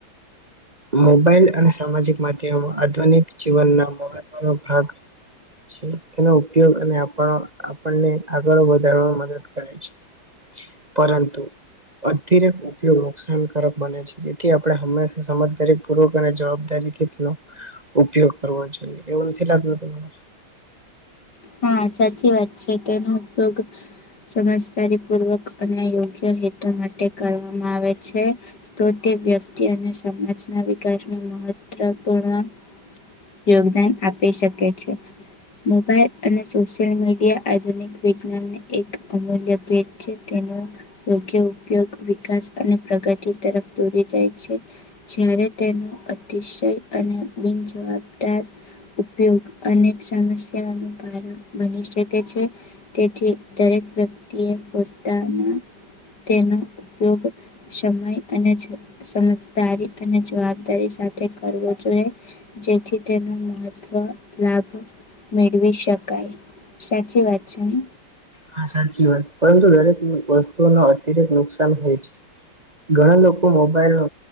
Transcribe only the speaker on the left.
હહ સાચી વાત છે. તેનો ઉપયોગ સમજદારી પૂર્વક અને યોગ્ય હેતુ માટે કરવામાં આવે છે. તો તે વ્યક્તિ અને સમાજના વિકાસનું મહત્વપૂર્ણ યોગદાન આપી શકે છે. મોબાઈલ અને સોશિયલ મીડિયા આધુનિક વિજ્ઞાનને એક અમૂલ્ય ભેટ છે. તેનો યોગ્ય ઉપયોગ વિકાસ અને પ્રગતિ તરફ દોરી જાય છે. જ્યારે તેનો અતિશય અને બિનજવાબદાર ઉપયોગ અનેક સમસ્યાનો <unintelligible> બની શકે છે. તેથી દરેક વ્યક્તિએ પોતાના તેનો ઉપયોગ, સમય અને સમજદારી અને જવાબદારી સાથે કરવો જોઈએ. જેથી તેનો મહત્વ લાભ મેળવી શકે શકાય. સાચી વાત છે ને?